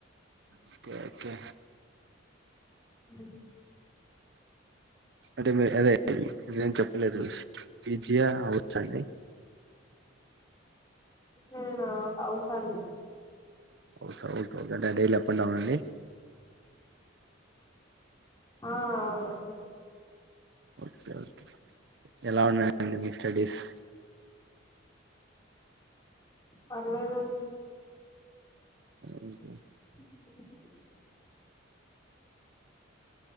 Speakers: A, on the right; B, on the left.
A: ఓకే ఒకే
B: అ
A: అంటే మీరు అదె నేను చెప్పలేదు పీజీ యా హౌచ్ ఆ అండి
B: నేనా హౌస్ అండి
A: హౌసా ఒకే ఒకే డ డైలీ అప్ అండ్ డౌనా అండి
B: ఆ అవునండి
A: ఓకే ఓకే ఎలా ఉన్నాయండి మీ స్టడీస్
B: పర్లేేదండి
A: <unintelligible>
B: అ